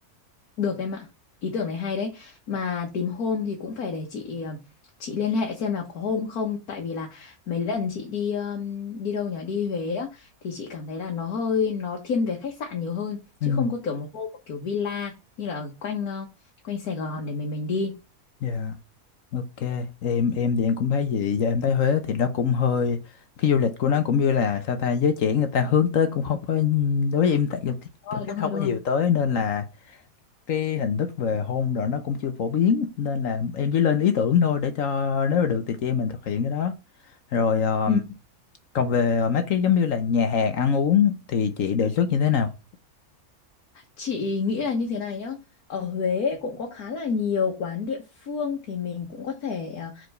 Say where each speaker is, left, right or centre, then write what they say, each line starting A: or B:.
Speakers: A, on the left; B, on the left.
A: Được em ạ, ý tưởng này hay đấy. Mà tìm hôm thì cũng phải để chị ờ, chị liên hệ xem là có hôm không tại vì là mấy lần chị đi ờm, đi đâu nhỉ, đi Huế á thì chị cảm thấy là nó hơi nó thiên về khách sạn nhiều hơn
B: Ừ,
A: chứ không có kiểu một hôm một kiểu villa như là ở quanh ờ, quanh Sài Gòn để mình mình đi.
B: dạ Ok, em em thì em cũng thấy vậy, giờ em thấy Huế thì nó cũng hơi cái du lịch của nó cũng như là sao ta giới trẻ người ta hướng tới cũng không có đối với em tại
A: Đúng
B: cảm
A: rồi, đúng
B: thấy
A: rồi,
B: không
A: đúng
B: có nhiều
A: rồi.
B: tới nên là cái hình thức về hôn rồi nó cũng chưa phổ biến nên là em chỉ lên ý tưởng thôi để cho nếu mà được thì chị em mình thực hiện cái đó. Rồi ờ,
A: Ừ.
B: còn về mấy cái giống như là nhà hàng ăn uống thì chị đề xuất như thế nào?
A: Chị nghĩ là như thế này nhá. Ở Huế cũng có khá là nhiều quán địa phương thì mình cũng có thể ờ,